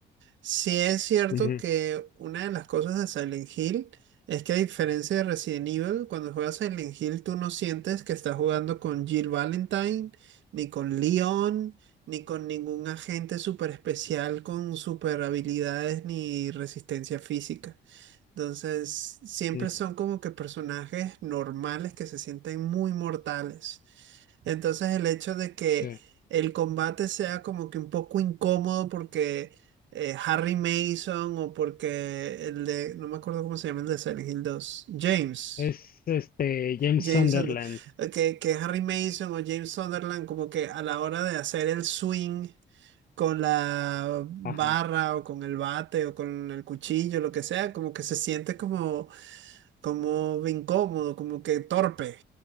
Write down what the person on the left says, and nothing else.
ujú,
ujú,
Sí.
Es este James
Sunderland.
Ajá.